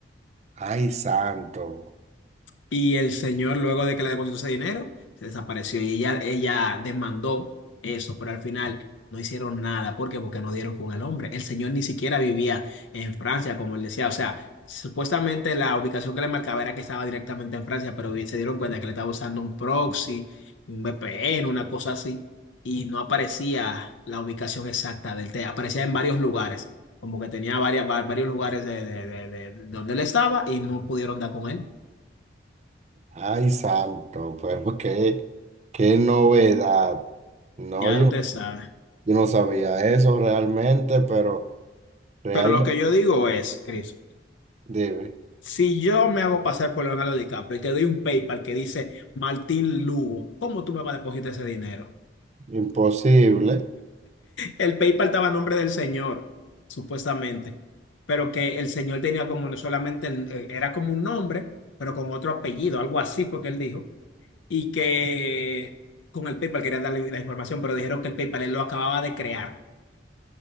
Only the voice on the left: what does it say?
Y el señor, luego de que le depositó ese dinero, se desapareció y ella, ella demandó eso, pero al final no hicieron nada. ¿Por qué? Porque no dieron con el hombre. El señor ni siquiera vivía en Francia, como él decía. O sea, supuestamente la ubicación que le marcaba era que estaba directamente en Francia, pero vi- se dieron cuenta que le estaba usando un proxy, un VPN, una cosa así, y no aparecía la ubicación exacta del té. Aparecía en varios lugares, como que tenía varias, va- varios lugares de, de de- de- de donde él estaba y no pudieron dar con él.
Ya
usted sabe.
Pero lo que yo digo es, Chris,
si yo me hago pasar por Leonardo DiCaprio y te doy un PayPal que dice Martín Lugo, ¿cómo tú me vas a depositar ese dinero?
El PayPal estaba a nombre del señor, supuestamente, pero que el señor tenía como no solamente, el- eh, era como un nombre, pero con otro apellido, algo así fue que él dijo, y que con el PayPal querían darle la información, pero dijeron que el PayPal él lo acababa de crear.